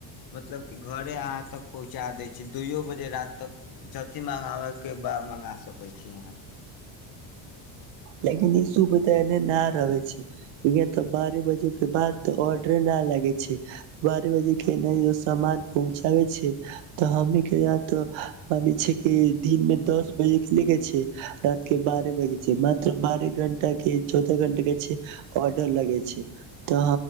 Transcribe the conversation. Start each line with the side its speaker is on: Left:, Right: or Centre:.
Left: मतलब कि घरे अहाँ तक पहुँचा दै छी दुइयओ बजे राति तक जथि मङ्गाबयकेँ बा मङ्गा सकैत छी अहाँ
Right: लेकिन ई श बा एने न रहे छै अ तऽ बार बजे के बाद तऽ ऑडर न लागे <unintelligible> <unintelligible> बह बजे के नहि सान पहुँचाबे छै तऽ हममे के यह त मान छ कि दिन मे दस बजे के ले के छै रात के बारह बजे छै मा <unintelligible> बारह घंटा केँ चौद घंटा केँ छैक ऑर्डर लगे छैक तऽ